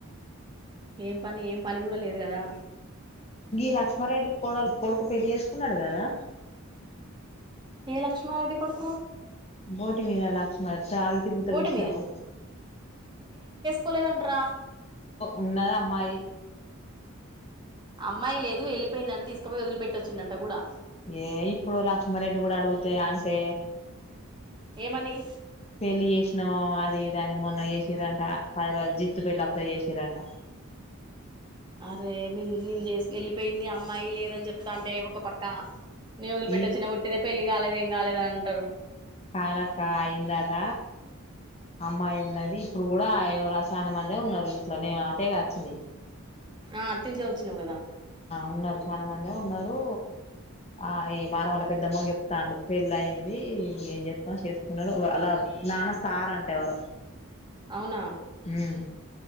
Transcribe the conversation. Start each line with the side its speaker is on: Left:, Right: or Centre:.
Right: ఏం పని ఏం పని కూడా లేదు కదా
Left: గి లక్ష్మ రెడ్డి కోడలు కోడుకు పెళ్లి చేసుకున్నాడు కదా
Right: ఏ లక్ష్మరెడ్డి కొడుకు
Left: బోటి మీద లక్ష్మా రెడ్డి త్రాగి తిరుగుతాడు
Right: బోటి
Left: చూసినవా
Right: కొలేదంట్ర
Left: ఉన్నది అమ్మాయి
Right: అమ్మాయి లేదు వెళ్ళిపోయిందంట తీసుకపోయి వదిలిపెట్టొచ్చిండంట కూడా
Left: ఏ ఇప్పుడు లక్ష్మ రెడ్డి కూడా అడుగుతే అంటే
Right: ఏమని
Left: పెళ్లి చేసినవ్ అది దాని మొన్న చేసిరంట పది రోజుల జిత్తు పెళ్ళి అప్పుడే చేసిరంట
Right: అరే మేము నిన్ చేసి వెళ్ళిపోయింది అమ్మాయి లేదని చెప్తా అంటే ఒక పక్క నేను వదిలి పెట్టోచ్చినా
Left: ఈ
Right: ఒట్టిదే పెళ్లి కాలేదు ఏం కాలేదు అంటరు
Left: కాదక్క అయిందాట అమ్మాయి ఉన్నది ఇప్పుడు కూడా ఎవరసాయన మందే ఉన్నారు ఇంట్లో నేను అటేగా వచ్చింది.
Right: ఆ అటునుంచే వచ్చినవ్ కదా
Left: ఉన్నరు చాలా మంది ఉన్నారు. ఆ ఈ మన వల్ల పెద్దమ్మ కు చెప్తాండు పెళ్లి అయింది. ఏం చెప్ మొత్తం చేసుకున్నారు అలా నానా సార్ అంటే ఎవరో
Right: అవునా
Left: ఉమ్